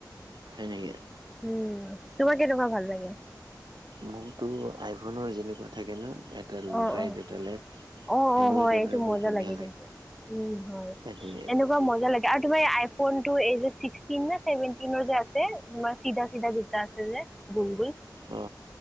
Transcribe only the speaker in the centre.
উম তোমাক কেনেকুৱা ভাল লাগে?
অ
অ
অ',
অ', হয়
এইটো মজা
লাগে কিন্তু। উম, হয়,
এনেকুৱা মজা লাগে আৰু তোমাৰই। ফোনটো এনে চিক্সটিন নে, চেভেনটিনৰ যে আছে তোমাৰ চিধা, চিধা দুটা আছে যে গুল, গুল।